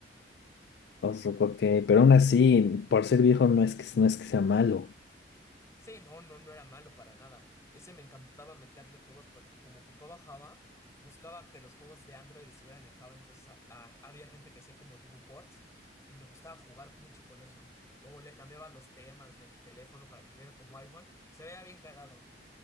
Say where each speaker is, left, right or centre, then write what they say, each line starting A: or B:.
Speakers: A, on the left; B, on the left.
A: O sea, ok, pero aún así, por ser viejo no es que, no es que sea malo.
B: Sí, no, no, no era malo para nada. Ese me encantaba meterle juegos porque como ocupaba Java, buscaba que los juegos de Android estuvieran en Java, entonces a- a- había gente que hacía como tipo ports y me gustaba jugar mucho con eso. O le cambiaba los temas del teléfono para que se viera como iPhone, se veía bien cagado.